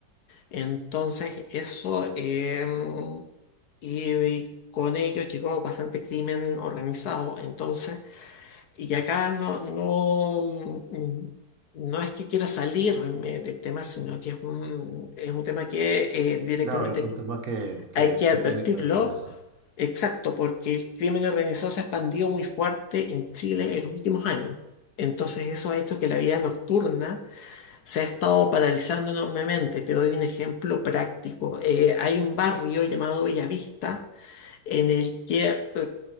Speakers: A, on the left; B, on the right.
A: Entonces, eso, em, y con ello llegó bastante crimen organizado. Entonces, y acá no, no, mm, no es que quiera salirme del tema, sino que es un, es un tema que eh, directamente
B: Claro, es un tema que, que,
A: hay que
B: que
A: advertirlo.
B: tiene que ver con eso.
A: Exacto, porque el crimen organizado se ha expandido muy fuerte en Chile en los últimos años. Entonces, eso ha hecho que la vida nocturna se ha estado paralizando enormemente. Te doy un ejemplo práctico. Eh, hay un barrio llamado Bellavista en el que, eh,